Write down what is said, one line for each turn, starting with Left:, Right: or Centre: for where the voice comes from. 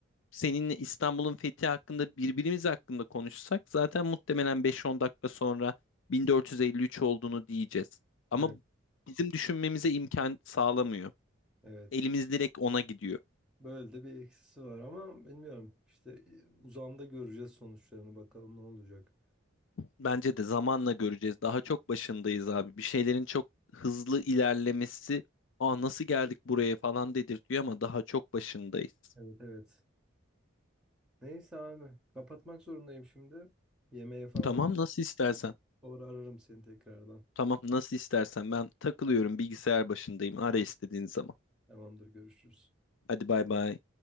Left: seninle İstanbul'un fethi hakkında birbirimiz hakkında konuşsak zaten muhtemelen beş on dakika sonra 1453 olduğunu diyeceğiz. Ama
Centre: evet.
Left: bizim düşünmemize imkan sağlamıyor.
Centre: Evet.
Left: Elimiz direkt ona gidiyor.
Centre: Böyle de bir eksisi var ama bilmiyorum. İşte e, uzamda göreceğiz sonuçlarını bakalım ne olacak.
Left: Bence de zamanla göreceğiz. Daha çok başındayız abi. Bir şeylerin çok hızlı ilerlemesi, "Aa nasıl geldik buraya?" falan dedirtiyor ama daha çok başındayız.
Centre: Evet evet. Neyse abi kapatmak zorundayım şimdi. Yemeğe falan
Left: Tamam nasıl istersen.
Centre: sonra ararım seni tekrardan.
Left: Tamam nasıl istersen. Ben takılıyorum bilgisayar başındayım. Ara istediğin zaman.
Centre: Tamamdır görüşürüz.
Left: Hadi bay bay.